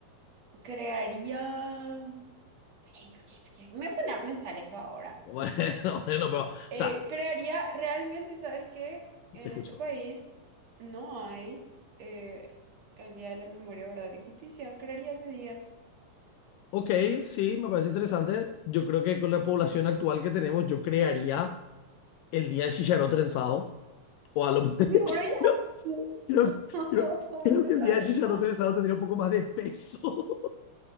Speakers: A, on the right; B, on the left.
A: crearía. Ay, ¿por qué, por qué me pone a pensar eso ahora?
B: Bueno, <laughs> bueno, pero, o
A: Eh,
B: sea,
A: crearía, realmente, ¿sabes qué? En
B: te escucho.
A: este país no hay eh, el Día de la Memoria, Verdad y Justicia. Crearía ese día.
B: Ok, sí, me parece interesante. Yo creo que con la población actual que tenemos, yo crearía el día del chicharrón trenzado, o a lo mejor <laughs>
A: Seguro ya
B: creo,
A: hay. <laughs>
B: creo-
A: No,
B: creo- creo que el
A: sabes
B: día del chicharrón
A: nomás.
B: trenzado tendría un poco más de peso